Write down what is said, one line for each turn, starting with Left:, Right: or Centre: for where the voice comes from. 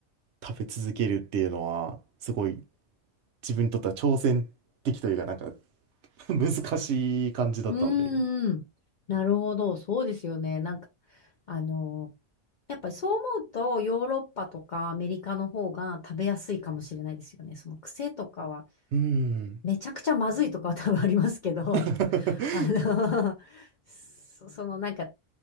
Right: 食べ続けるっていうのは、すごい、自分にとっては挑戦的というか、なんか <laughs> 難しい感じだったんで。
Left: うーん。なるほど。そうですよね。なんか、あのやっぱりそう思うと、ヨーロッパとかアメリカの方が食べやすいかもしれないですよね。その癖とかは、
Right: うん。
Left: めちゃくちゃまずいとかは多分ありますけど、
Right: <laughs>
Left: <laughs> あの、そそのなんか、